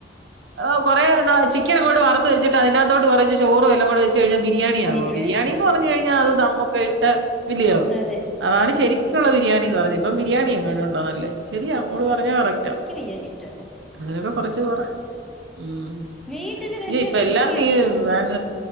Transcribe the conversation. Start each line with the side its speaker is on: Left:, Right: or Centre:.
Right: ഓ കോറേ ന്ന ചിക്കന് അങ്ങോട്ട് വറത്ത് വെച്ചിട്ട് അതിനകത്തോട്ട് കോറച്ച് ചോറും എല്ലം കുടെ വെച്ച് കഴിഞ്ഞാ ബിരിയാണിയാവോ
Centre: ബിരിയാണി
Right: ബിരിയാണിന്ന് പറഞ് കഴിഞ്ഞാ അത് ദമ്മൊക്ക ഇട്ട ഇല്ലിയോ
Centre: അതെ
Right: അതാണ് ശരിക്കുള്ള ബിരിയാണിന്ന് പറഞ്ഞ ഇപ്പം ബിരിയാണി എങ്ങനുണ്ടോ നല്ലത് ശരിയാ ഓള് പറഞ്ഞത് കറക്റ്റാ
Centre: എനിക്ക് ബിരിയാണി ഇഷ്ടമല്ല
Right: അങ്ങനെയൊക്കെ കൊറച്ച് കൊറേ ഉം
Centre: വീട്ടിൽ പക്ഷെ
Right: ഇയ്യ് ഇപ്പ
Centre: വെക്കും
Right: എല്ലാർക്കും ഈ വാങ